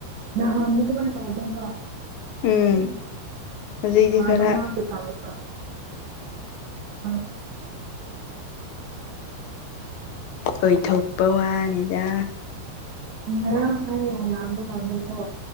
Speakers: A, on the right; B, on the left.
A: ꯅꯍꯥꯟꯒꯤ ꯑꯗꯨꯃꯥꯏ ꯇꯧꯗ‌ꯦꯕ
B: ꯎꯝ
A: ꯑꯗꯨꯝ
B: ꯍꯧꯖꯤꯛꯇꯤ
A: ꯅꯥꯕ
B: ꯈꯔ
A: ꯉꯥꯛꯇꯅꯤ <inaudible> <inaudible>
B: ꯑꯣꯏꯊꯣꯛꯄ ꯋꯥꯅꯤꯗ
A: ꯉꯔꯥꯡ ꯑꯩ ꯍꯜꯂꯛꯕ ꯀꯥꯟꯗꯀꯣ